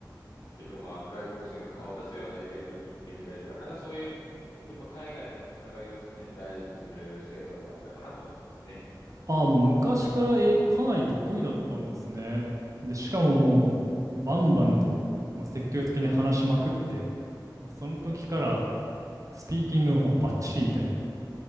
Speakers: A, on the left; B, on the right.
A: 結構まあ外国人が顔を出すようなイベントに行ってみたりとか、なんかそういう、やっぱ海外とのつながりを常に大事にする生徒ではあったかなと思いますね。
B: ああ、もう昔から英語かなり得意だったんですね。で、しかももうバンバンと、まあ、積極的に話しまくって、もうその時からスピーキングの方もバッチリみたいな。